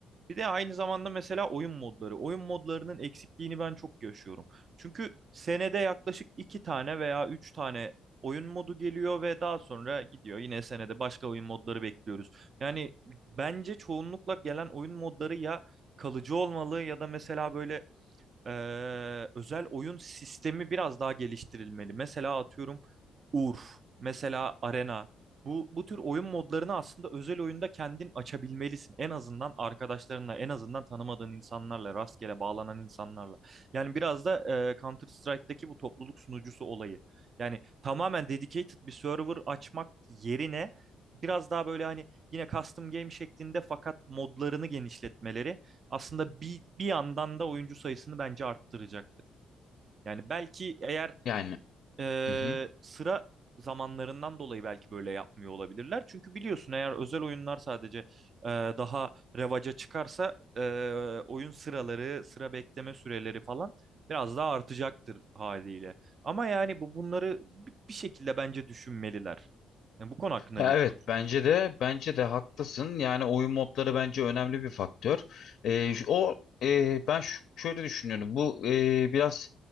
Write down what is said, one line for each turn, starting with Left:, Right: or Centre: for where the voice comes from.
Right: Bir de aynı zamanda mesela oyun modları. Oyun modlarının eksikliğini ben çok yaşıyorum. Çünkü senede yaklaşık iki tane veya üç tane oyun modu geliyor ve daha sonra gidiyor. Yine senede başka oyun modları bekliyoruz. Yani bence çoğunlukla gelen oyun modları ya kalıcı olmalı ya da mesela böyle eee, özel oyun sistemi biraz daha geliştirilmeli. Mesela atıyorum Urf, mesela Arena. Bu, bu tür oyun modlarını aslında özel oyunda kendin açabilmelisin. En azından arkadaşlarınla, en azından tanımadığın insanlarla, rastgele bağlanan insanlarla. Yani biraz da eee, Counter Strike'daki bu topluluk sunucusu olayı. Yani tamamen dedicated bir server açmak yerine biraz daha böyle hani yine custom game şeklinde fakat modlarını genişletmeleri aslında bir, bir yandan da oyuncu sayısını bence arttıracaktır. Yani belki eğer
Left: Yani.
Right: e,
Left: Hı hı.
Right: sıra zamanlarından dolayı belki böyle yapmıyor olabilirler. Çünkü biliyorsun eğer özel oyunlar sadece e, daha revaca çıkarsa e, oyun sıraları, sıra bekleme süreleri falan biraz daha artacaktır haliyle. Ama yani bu bunları bi- bir şekilde bence düşünmeliler. Yani bu konu hakkında
Left: Ya
Right: ne? düşünüyorsun?
Left: evet bence de bence de haklısın. Yani oyun modları bence önemli bir faktör. Ee, şu- o e, ben şu- şöyle düşünüyorum. Bu e, biraz